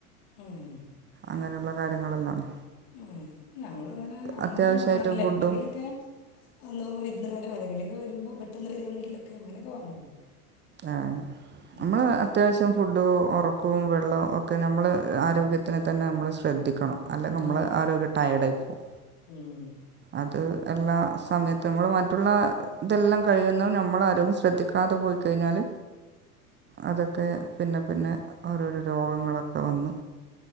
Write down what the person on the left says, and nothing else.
ഉം.
ഏ ഞങ്ങളുങ്ങനെ അങ്ങനൊന്നും
വാങ്ങാറില്ല.
എപ്പളെങ്കിലൊക്കെ തോനുമ്പോ വിർ കാരോ ആരെങ്കിലൊക്കെ വരുമ്പോ പെട്ടെന്ന് വരാണെങ്കിലൊക്കെങ്ങനൊക്കെ വാങ്ങുള്ളൂ.
ഉം.
ആ
ഉം.